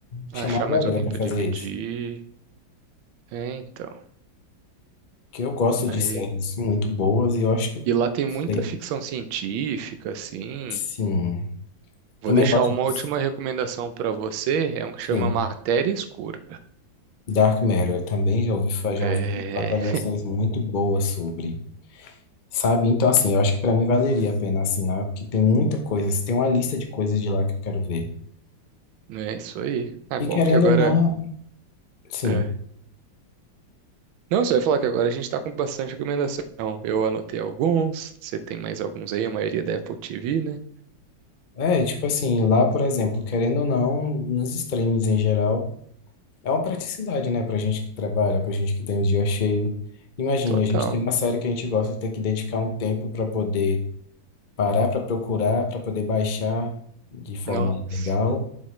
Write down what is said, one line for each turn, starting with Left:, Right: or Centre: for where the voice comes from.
Left: Chamar
Right: Achar
Left: a galera
Right: mais alguém
Left: para
Right: pra
Left: fazer
Right: dividir.
Left: isso.
Right: É, então.
Left: Porque eu gosto
Right: Aí
Left: de séries muito boas e eu acho que eu
Right: E lá tem muita
Left: sei,
Right: ficção científica, assim.
Left: sim.
Right: Vou
Left: Também
Right: deixar
Left: gosto
Right: uma última
Left: de,
Right: recomendação pra você, é um que
Left: sim,
Right: chama Matéria Escura.
Left: Dark Matter. eu Também já ouvi, fa- já
Right: É,
Left: ouvi avaliações muito boas sobre. Sabe? Então, assim, eu acho que para mim valeria a pena assinar, porque tem muita coisa, tem uma lista de coisas de lá que eu quero ver.
Right: não é isso aí. Ah, bom,
Left: E querendo
Right: que agora.
Left: ou não, sim.
Right: é. Não, você vai falar que agora a gente tá com bastante recomendação. Eu anotei alguns, você tem mais alguns aí, a maioria é da Apple TV, né?
Left: É, e tipo assim, lá, por exemplo, querendo ou não, nos streams em geral, é uma praticidade, né, pra gente que trabalha, pra gente que tem o dia cheio. Imagine,
Right: Total.
Left: a gente tem uma série que a gente gosta de ter que dedicar um tempo pra poder parar, pra procurar, pra poder baixar de forma
Right: Nossa.
Left: legal.